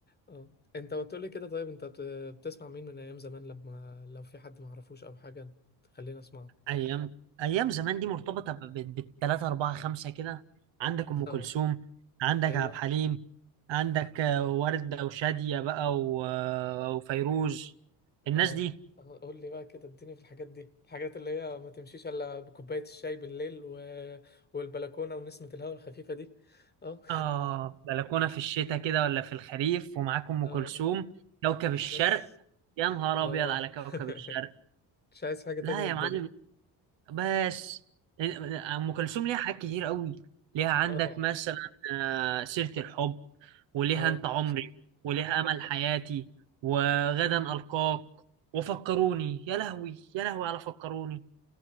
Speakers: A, on the left (about 20°); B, on the right (about 80°).
A: اه انت بتقول لي كده طيب انت بت- بتسمع مين من ايام زمان لما لو في حد ما اعرفوش او حاجة تخلينا اسمعه
B: ايام ايام زمان دي مرتبطه ب- ب- بالتلاته اربعه خمسه كده عندك
A: <laughs>
B: ام كلثوم
A: اه
B: عندك
A: ايوه
B: عبد الحليم عندك آه، ورده وشاديه بقى و- آه، وفيروز الناس
A: اه
B: دي
A: آه، قول لي بقى كده اديني في الحاجات دي الحاجات اللي هي ما تمشيش الا بكوبايه الشاي بالليل و... والبلكونه ونسمه الهواء الخفيفه دي اه
B: اه بلكونه في الشتاء كده ولا في الخريف ومعاك
A: <laughs>
B: ام
A: اه
B: كلثوم كوكب الشرق
A: بس
B: يا نهار
A: اه
B: ابيض على كوكب
A: <laughs>
B: الشرق
A: مش عايز حاجه تاني
B: لا
A: من الدنيا
B: يا معلم بس ام كلثوم ليها حاجات كتير قوي ليها عندك
A: اه
B: مثلا آه، سيرة الحب وليها
A: اه
B: انت عمري وليها امل حياتي وغدا القاك وفكروني يا لهوي يا لهوي على فكروني